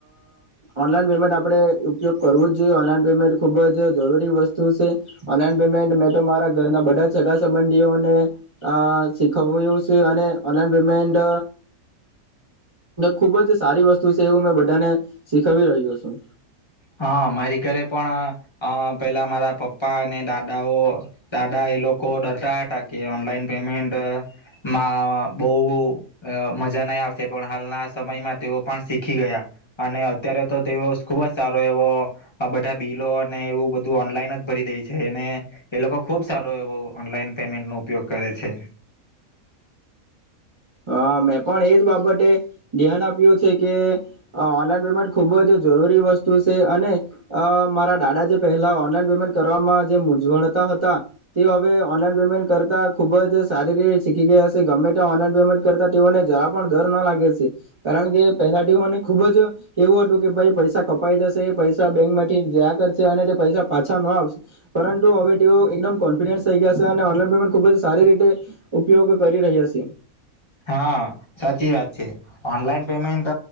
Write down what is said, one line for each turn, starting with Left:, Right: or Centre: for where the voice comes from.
Right: ઓનલાઈન પેમેન્ટ આપણે ઉપયોગ કરવો જ જોઈએ. ઓનલાઈન પેમેન્ટ ખૂબ જ જરૂરી વસ્તુ છે. ઓનલાઈન પેમેન્ટ મેં તો મારા ઘરના બધા જ સગા- સંબંધીઓને. શીખવ્યું છે અને ઓનલાઈન પેમેન્ટ ખુબ જ સારી વસ્તુ છે, એવું મે બધાને શીખવી રહ્યો છું.
Left: હા, મારી ઘરે પણ અ પેલા મારા પપ્પા અને દાદાઓ દાદી એ લોકો ડરતા હતા કે ઓનલાઈન પેમેન્ટમાં બહુ મજા નહીં આવશે. પણ હાલના સમયમાં તેઓ પણ શીખી ગયા અને અત્યારે તો તેઓ ખુબ જ. સારો એવો આ બધા બિલો અને એવું બધું ઓનલાઈન જ ભરી દે છે અને એ લોકો ખુબ સારો એવો ઓનલાઈન પેમેન્ટ નો ઉપયોગ કરે છે.
Right: હા, મેં પણ એજ બાબતે ધ્યાન આપ્યું છે કે ઓનલાઈન પેમેન્ટ ખુબ જ જરૂરી વસ્તુ છે. અને મારા દાદા, જે પહેલા ઓનલાઈન પેમેન્ટ કરવામાં જે મૂઝવળતા હતા, તે હવે ઓનલાઈન પેમેન્ટ કરતા ખુબ જ સારી રીતે શીખી ગયા હશે. ગમે તે ઓનલાઈન. કરતાને જરા પણ ડર ના લાગે છે. કારણ કે પહેલા ટીઓને ખુબ જ એવું હતું કે પૈસા કપાઈ જશે પૈસા બેંક માંથી જયા કરશે અને પૈસા પાછા ન આવશે. પરંતુ હવે તેઓ એકદમ કોન્ફિડન્સ થઈ ગયા છે અને ઓનલાઈન પેમેન્ટ ખુબ જ સારી રીતે ઉપયોગ કરી રહ્યા છે.
Left: હા, સાચી વાત છે. ઓનલાઈન પેમેન્ટ